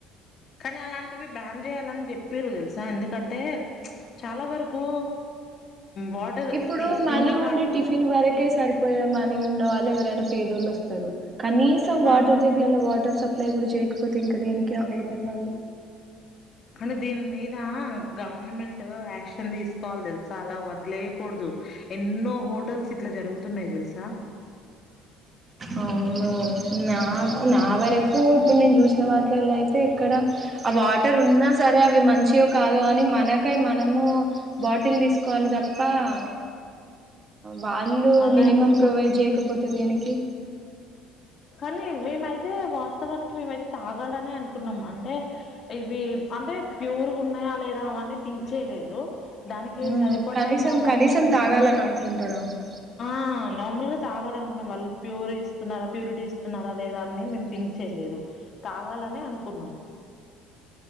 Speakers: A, on the left; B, on the right.
A: కానీ అలాంటివి బ్యాన్ చేయాలని చెప్పారు తెలుసా ఎందుకంటే చాలా వరకు వాటర్
B: ఇప్పుడు
A: తి
B: మనీ
A: తిన్న కాడ
B: ఉండే టిఫిన్ వరకే సరిపోయే మనీ ఉన్న వాళ్ళు ఎవరైనా పేదోళ్ళు వస్తారు కనీసం వాటర్
A: ఆ
B: జగ్లలో వాటర్ సప్లై కూడా చేయ కాకపోతే ఇంకా దేనికి క్యా హోటల్ వా
A: కానీ దీని మీద గవర్నమెంట్ యాక్షన్ తీసుకోవాలి తెలుస అలా వదిలేయకూడదు ఎన్నో హోటల్స్ ఇట్లా జరుగుతున్నాయి తెలుసా
B: అను నా నావర ఇప్పుడు నేను చూసిన వాటలల్లో అయితే ఎక్కడ ఆ వాటర్ ఉన్నా సరే అవి మంచివి కాదు అని మనకై మన బాటిల్ తీసుకోవాలి త బవ వాళ్ళు
A: అలా
B: మినిమం ప్రొవైడ్ చేయకపోతే దేనికి
A: కానీ మేమైతే వాస్తవానికి మేమైతే తాగాలని అనుకున్నాం అంటే ఇవి అంటే ప్యూర్గా ఉన్నాయా లేదా అవన్నీ తించేయలేదు దానికి
B: ఉమ్
A: సరిపడే
B: కనీసం
A: అంత అమౌంట్
B: కనీసం
A: మేము
B: తాగాలని అనుకుంటారు అవును
A: ఆ నార్మల్ గా తాగానుకున్నాం వాళ్ళు ప్యూర్ ఇస్తున్నారా ప్యూరిటీ ఇస్తున్నారా లేదా అని మేము థింక్ చేయలేదు తాగాలనే అనుకున్నాం